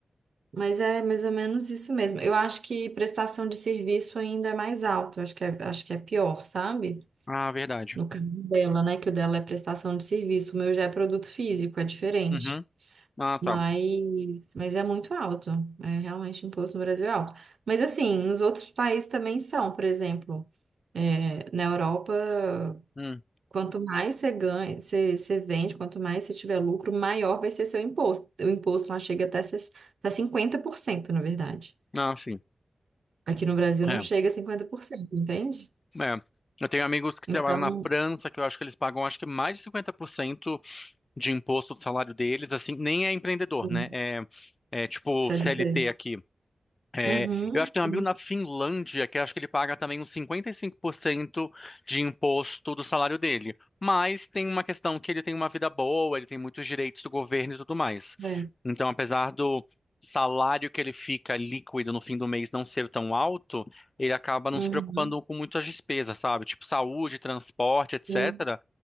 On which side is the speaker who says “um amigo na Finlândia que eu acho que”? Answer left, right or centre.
Left